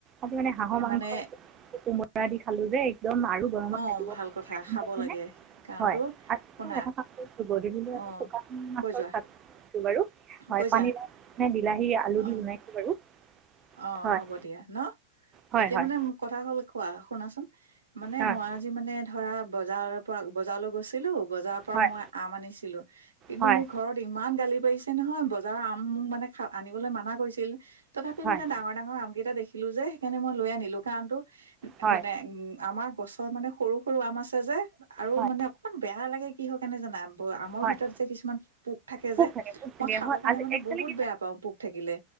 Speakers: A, on the right (about 30°); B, on the right (about 75°).
A: আজি মানে হাঁহৰ মাংস
B: মানে
A: কোমোৰা দি খালোঁ যে একদম আৰু গৰমত
B: অ
A: থাকিব পৰা
B: ভাল কথা
A: নাই গম
B: খাব
A: পাইছা
B: লাগে
A: নে,
B: কাৰণতো
A: হয় আচলতে
B: শুনা
A: এটা
B: অ
A: শুকান মাছৰ
B: কৈ যোৱা
A: চাটনি বাৰু, হয়'
B: কৈ যা
A: পানী লাওঁ বিলাহী আলু
B: অ
A: দি বাৰু।
B: অ
A: হয়
B: হ'ব দিয়া ন,
A: হয়
B: এতিয়া
A: হয়
B: মানে কথা হ'ল কোৱা শুনাচোন। মানে
A: হয়
B: মই আজি মানে ধৰা বজাৰৰ পৰা বজাৰলৈ গৈছিলো, বজাৰৰ পৰা
A: হয়
B: মই আম আনিছিলোঁ। কিন্তু
A: হয়
B: মোক ঘৰত ইমান গালি পাৰিছে নহয়, বজাৰৰ আম মোক মানে আনিবলে মানা কৰিছিল, তথাপিও
A: হয়
B: মানে ডাঙৰ ডাঙৰ আম কেইটা দেখিলোঁ যে, সেইকাৰণে মই লৈ আনিলো কাৰণটো,
A: হয়
B: মানে উম আমাৰ গছৰ মানে সৰু সৰু আম আছে যে, আৰু
A: হয়
B: মানে অকনমান বেয়া লাগে কিহৰ কাৰণে জানা, ব আমৰ
A: হয়
B: ভিতৰত যে কিছুমান পোক থাকে
A: ভোক
B: যে,
A: লাগে ভোক
B: মই
A: লাগে
B: খাব
A: হয়
B: কাৰণে
A: আজি
B: মানে
A: এক
B: বহুত
A: তাৰিখ
B: বেয়া পাওঁ পোক থাকিলে,